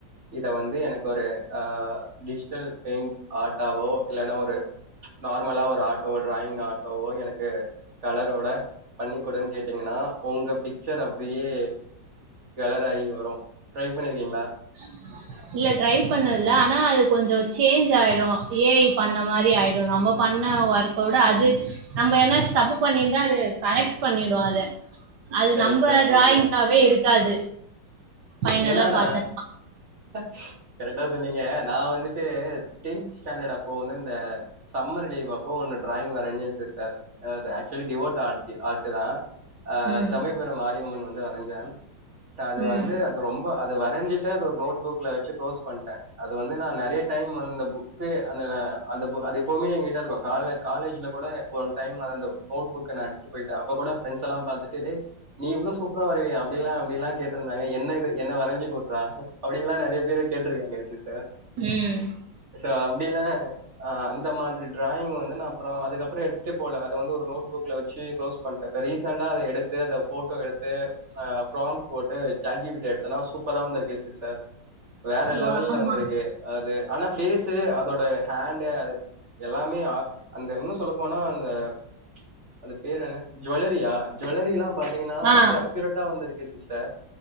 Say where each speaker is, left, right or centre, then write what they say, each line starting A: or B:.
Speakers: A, on the right; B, on the right.
A: இத வந்து எனக்கு ஒரு ஆ டிஜிட்டல் பெயிண்ட் ஆட்டாவோ இல்லனா ஒரு நார்மலா ஒரு ஆட்டோவோ டிராயிங் ஆட்டோவோ எனக்கு கலர்ரோட பண்ணிக்குடுனு கேட்டீங்கனா உங்க பிக்சர் அப்படியே கலர் அகிவரும் ட்ரை பண்ணியிருக்கீங்களா
B: <unintelligible> இல்ல ட்ரை பண்ணதுல ஆனா அது கொஞ்சோ சேஞ்ச் ஆயிடு ஏ ஐ பண்ண மாரி ஆயிடு நம்ம பண்ண ஓர்க விட அது நம்ம என்னாச்சு தப்பு பண்ணியிருந்தா அது கரெக்ட் பண்ணிடு அத அது
A: கரெக்டா
B: நம்ம
A: சொன்னீங்க
B: டிராயிங்காவே இருக்காது ஃபைனலா
A: ஏன்னா நா
B: பாத்தன்னா
A: பா கரெக்டா சொன்னீங்க நான் வந்துட்டு டென்ஸ் ஸ்டாண்டர்ட் அப்போ வந்து இந்த சம்மர் லீவ் அப்போ ஒன்னு ட்ராயிங் வரஞ்சே சிஸ்டர் அ அது ஆக்சுவலி டிவோர்ட் ஆர்ட்டி ஆர்ட்டு தா ஆ
B: ம்
A: சமயபுர மாரியம்மன் வந்து வரஞ்சே சோ அது
B: ம்
A: வந்து அது ரொம்ப அது வரஞ்சிட்டு அது ஒரு நோட் புக்ல வெச்சு க்ளோஸ் பண்ட்டே அது வந்து நா நெறைய டைம் வந்து அந்த புக் க்கு அந்த அ அந்த பு அது எப்பவுமே எங்கிட்ட இருக்கு கால்ல காலேஜுல கூட ஓன் டைம் மறந்து நோட் புக்க நா எட்த் த்துட்டு போயட்டா அப்ப கூட ஃபிரண்ட்ஸ் எல்லா பாத்துட்டு டே நீ இவ்ளோ சூப்பரா வரைவியா அப்டில்லா அப்டில்லா கேட்ருந்தாங்க என்ன இது என்ன வரஞ்சு குட்றா அப்டின்லா நெறைய பேரு கேட்ருக்காங்க சிஸ்டர்
B: ம்
A: சோ அப்டிலா ஆ அந்த மாதிரி ட்ராயிங் வந்து நா அப்றோ அதுக்கப்பற எடுத்துட்டே போல அத வந்து ஒரு நோட்புக்ல வெச்சு குளோஸ் பண்ட்டே இப்ப ரீசண்டா அத எடுத்து அத ஃபோட்டோ எடுத்து ஆ பிராம்ட் போட்டு சாட் ஜி பி டி ட எடுத் தனா சூப்பரா வந்திருக்கு சிஸ்டர் வேற லெவல்ல
B: ஓ ஆமா
A: வந்திருக்கு அது ஆனா ஃபேஸ் ட்டு அதோட ஹேண்டு அது எல்லாமே ஆ அந்த இன்னு சொல்ல போனா அந்த தி அது பேர் என்ன ஜுவல்லரியா ஜுவல்லரிலா பாத்தீங்கனா
B: ஆ
A: அப்டியே அக்யூரேட்டா வந்திருக்கு சிஸ்டர்